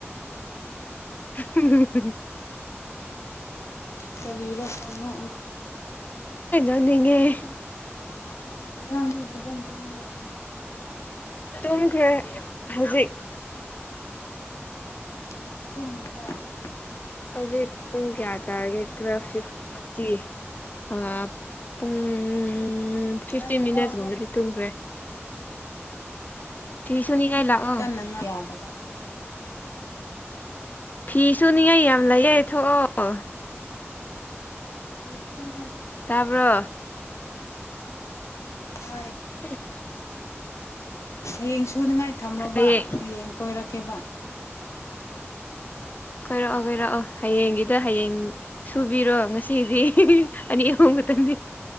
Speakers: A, on the left; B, on the left.
A: ꯎ
B: ꯁꯔꯤꯔ ꯐꯅ
A: ꯑ ꯅꯤ <inaudible>
B: ꯑꯉꯥꯡꯅꯤ ꯐꯖꯅ ꯇꯨꯝꯕ꯭ꯔ ꯑꯍꯗ
A: ꯇꯨꯝꯈ꯭ꯔꯦ ꯍꯧꯖꯤꯛ
B: ꯍꯧꯖꯤꯛ ꯇꯨꯝꯃꯤꯕ꯭ꯔꯥ
A: ꯍꯧꯖꯤ ꯄꯨꯡ ꯀꯌꯥ ꯇꯥꯔꯒꯦ ꯇ꯭ꯋ ꯐꯤꯇꯤ ꯑ ꯄꯨꯡ ꯎꯝ ꯐꯤꯐꯇꯤꯟ
B: ꯅꯪ
A: ꯃꯤꯅꯠꯁꯒꯨꯝꯕꯗꯤ
B: ꯋꯥ ꯈꯔ
A: ꯇꯨꯡꯈ꯭ꯔꯦ ꯁꯨꯅꯤꯡꯉꯥꯏ ꯂꯥꯛꯑꯣ
B: ꯀꯟꯅꯉ ꯌꯥꯗꯕ
A: ꯐꯤꯁꯨꯅꯤꯉꯥꯏ ꯌꯥꯝ ꯂꯩꯌꯦ ꯊꯣꯛꯑꯣ
B: ꯌꯦ ꯆꯨꯨꯔꯉꯥ ꯇꯝꯕꯣ
A: ꯇꯥꯕ꯭ꯔꯣ
B: ꯌꯦ ꯉꯄꯤꯦ ꯍ
A: ꯇꯁ
B: ꯍꯌꯦꯡꯁꯨ ꯄꯨꯅꯤꯡꯉꯥꯏ ꯊꯝꯔꯕ
A: ꯍꯌꯦꯡ
B: ꯌꯦꯡ ꯀꯣꯏꯔꯛ ꯀꯦꯕꯥ
A: ꯀꯣꯏꯔꯛꯑꯣ ꯀꯣꯏꯔꯛꯑꯣ ꯍꯌꯦꯡꯒꯤꯗ ꯍꯌꯦꯡ ꯁꯨꯕꯤꯔꯣ ꯉꯁꯤꯗꯤ ꯑꯅꯤ ꯑꯍꯨꯝ ꯈꯛꯇꯪꯗꯤ